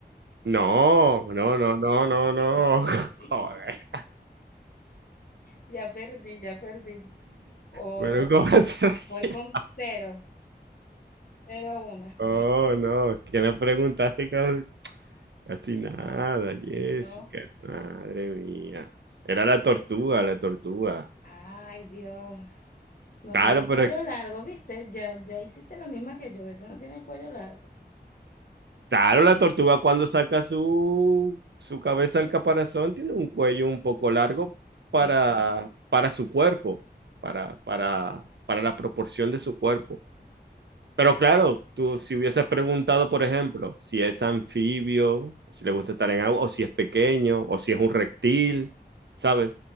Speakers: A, on the right (about 85°); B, on the left (about 50°).
A: No, no, no, no, no,
B: <laughs>
A: no.
B: Ya perdí.
A: <laughs> Joder.
B: Ya perdí, ya perdí. O
A: Bueno, ¿cómo vas a
B: voy
A: reír?
B: con cero, cero a una.
A: No, no, que no preguntaste casi, casi nada, Jessica.
B: No.
A: Madre mía. Era la tortuga, la tortuga.
B: Ay, Dios. No
A: Claro,
B: tiene el
A: pero
B: cuello
A: es
B: largo, ¿viste? Ya, ya hiciste la misma que yo. Ese no tiene el cuello largo.
A: Claro, la tortuga cuando saca su, su cabeza del caparazón tiene un cuello un poco largo para,
B: Ok,
A: para su cuerpo, para, para, para la proporción de su cuerpo. Pero claro, tú
B: ok.
A: si hubieses preguntado, por ejemplo, si es anfibio, o si le gusta estar en agua, o si es pequeño, o si es un reptil, ¿sabes?